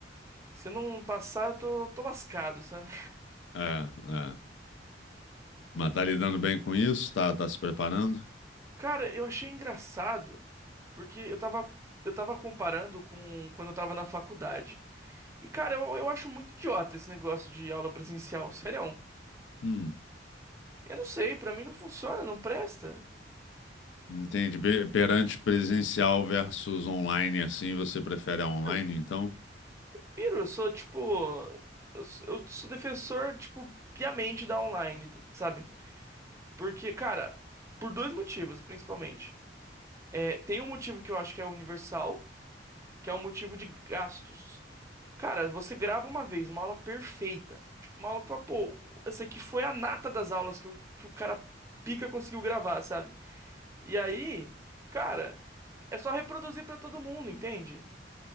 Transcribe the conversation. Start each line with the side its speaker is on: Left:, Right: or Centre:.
Right: se eu não passar, eu tô, tô lascado, sabe?
Left: É, é. Mas tá lidando bem com isso? Tá, tá se preparando?
Right: <laughs> Cara, eu achei engraçado, porque eu tava, eu tava comparando com quando eu tava na faculdade. E, cara, eu, eu acho muito idiota esse negócio de aula presencial, sério.
Left: Hum,
Right: Eu não sei, pra mim não funciona, não presta.
Left: entende. Be- Perante presencial versus online, assim, você prefere a online,
Right: Eu
Left: então?
Right: piro, eu sou tipo. Eu, sou eu sou defensor, tipo, piamente da online, sabe? Porque, cara, por dois motivos, principalmente. É, tem um motivo que eu acho que é universal, que é o motivo de gastos. Cara, você grava uma vez uma aula perfeita. Tipo, uma aula que fala, pô, essa aqui foi a nata das aulas que o, que o cara pica conseguiu gravar, sabe? E aí, cara, é só reproduzir pra todo mundo, entende?